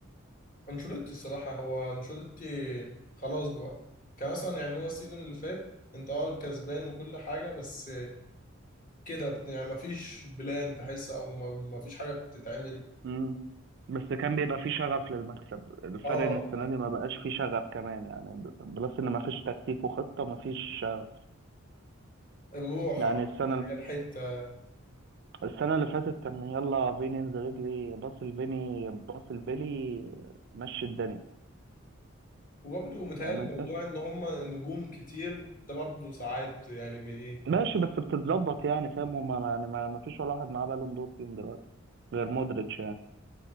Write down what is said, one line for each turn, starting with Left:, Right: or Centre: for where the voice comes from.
Left: انشيلوتي الصراحة هو انشيلوتي خلاص بقى كان مثلا يعني هو السيزون اللي فات انت اه كسبان وكل حاجة بس كده بت- يعني مفيش بلان تحس او ما- مفيش حاجة بتتعمل
Right: مم. بس كان بيبقى فيه شغف للمكسب الفرق
Left: اه
Right: ان السنه
Left: لا
Right: دي ما بقاش فيه شغف كمان يعني ب- بلس ان ما فيش تكتيك وخطه ما فيش شغف
Left: الروح
Right: يعني
Left: أو اللي
Right: السنه
Left: هي الحتة
Right: السنة اللي فاتت كان يلا فيني انزل اجري باص الفيني باص البيلي مشي الدنيا
Left: وبرضه متهيألي
Right: فاهم انت
Left: موضوع ان هما نجوم كتير ده برضه ساعات يعني بي- ايه
Right: ماشي
Left: بيبقى-
Right: بس بتتظبط يعني فاهم هما يعني ما ما فيش ولا واحد معاه بالون دور فيهم دلوقتي غير مودريتش يعني